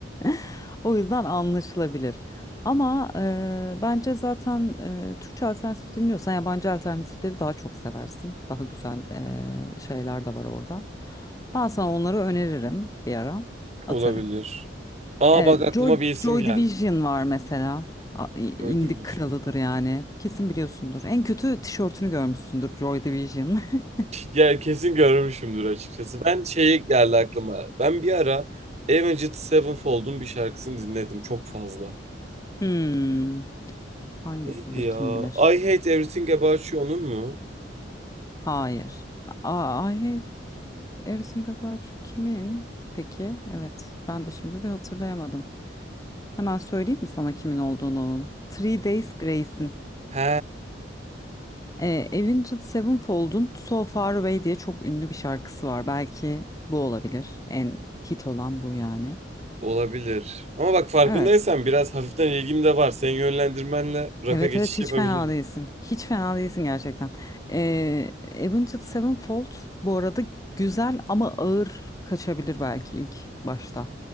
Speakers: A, on the left; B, on the right.
A: <laughs> O yüzden anlaşılabilir. Ama e, bence zaten e, Türkçe alternatif dinliyorsan yabancı alternatifleri daha çok seversin. Daha güzel e, şeyler de var orada. Ben sana onları öneririm bir ara atarım.
B: Olabilir. Aa
A: E,
B: bak aklıma
A: Joy,
B: bir isim
A: Joy
B: geldi.
A: Division var mesela. A-
B: Gördüğüm
A: İndik
B: için.
A: kralıdır yani. Kesin biliyorsundur. En kötü tişörtünü görmüşsündür Joy Division. <laughs>
B: Ya kesin görmüşümdür açıkçası. Ben şey geldi aklıma. Ben bir ara Avenged Sevenfold'un bir şarkısını dinledim çok fazla.
A: Hmm, hangisidir
B: Neydi ya?
A: kim bilir?
B: I Hate Everything About You onun mu?
A: Hayır. Aa, I hate everything about you kimin? Peki, evet. Ben de şimdi bir hatırlayamadım. Hemen söyleyeyim mi sana kimin olduğunu onun? Three Days Grace'in.
B: He,
A: E, Avenged Sevenfold'un So Far Away diye çok ünlü bir şarkısı var. Belki bu olabilir. En hit olan bu yani.
B: olabilir. Ama bak farkındaysan
A: Evet.
B: biraz hafiften ilgim de var. Senin yönlendirmenle rock'a
A: Evet
B: geçiş
A: evet hiç
B: yapabilirim.
A: fena değilsin. Hiç fena değilsin gerçekten. E, Avenged Sevenfold bu arada güzel ama ağır kaçabilir belki ilk başta.